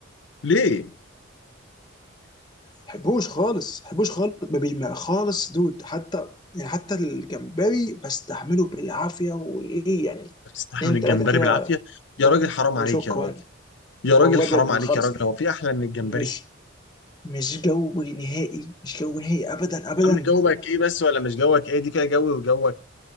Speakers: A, on the left (about 65°); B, on the left (about 20°).
A: ليه
B: حبوش خالص حبوش خالص ما بي- ما- خالص دود حتى يعني حتى الجمبري بستحمله بالعافيه وايه يعني
A: بتستحمل
B: اتنين
A: الجمبري
B: تلاته كده
A: بالعافيه يا راجل حرام
B: وشكرا
A: عليك يا راجل يا راجل
B: والله
A: حرام
B: بجد
A: عليك
B: ما خالص
A: يا راجل هو في احلى من الجمبري
B: مش مش جو نهائي مش جو نهائي ابدا ابدا
A: يا عم جوك ايه بس ولا مش جوك ايه دي فيها جوي وجوك